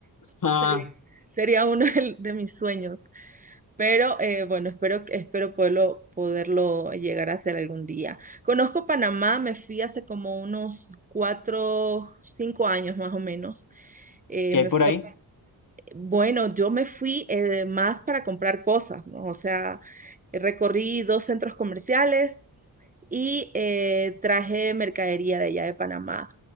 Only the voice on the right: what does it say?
Sería, sería uno <laughs> del- de mis sueños. Pero eh, bueno, espero, que- espero poderlo, poderlo llegar a hacer algún día. Conozco Panamá, me fui hace como unos cuatro, cinco años más o menos. Eh,
me
fui
a- bueno, yo me fui eh, más para comprar cosas, ¿no? O sea, Recorrí dos centros comerciales y eh, traje mercadería de allá de Panamá.